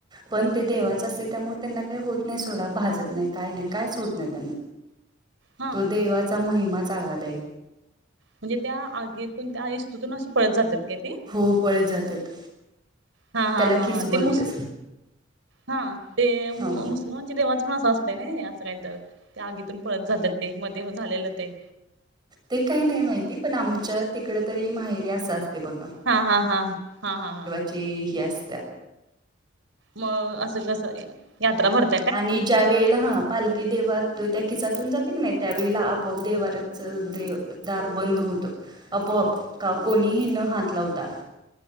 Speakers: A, on the right; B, on the right.
A: पण ते देवाच असते त्यामुळे त्यांना काही होत नाही सोडा भाजत नाही काही नाही कायच होत नाही त्यांना.
B: हा
A: तो देवाचा महिमाचा आघाद आहे.
B: म्हणजे त्या आगीतून त्या इस्तूतून असशी पळत जातात काय ते?
A: होऊ पळत जातात.
B: हा हा
A: त्याला
B: हा
A: कीच
B: हा
A: बोलतेच
B: ते मुस हा ते मु
A: हा
B: मुसलमान... देवाचं असं असतंय ना असं काय तर तें अगीतून पळत जात्यात तें मध्ये झालेलं तें.
A: ते काय नाही माहिती पण आमच्या तिकड तरी माहेरी असं असते बघा.
B: हा हा हा हा हा हा.
A: ज ह असत.
B: मग असं जस यात्रा भरते
A: आणि... ज्या वेळेला हा पालखी देवात त्या खिचातून जाते की नाही त्यावेळेला आपोआप देवारच देव... दार बंद होत आपोआप का कोणीही न हात लावता.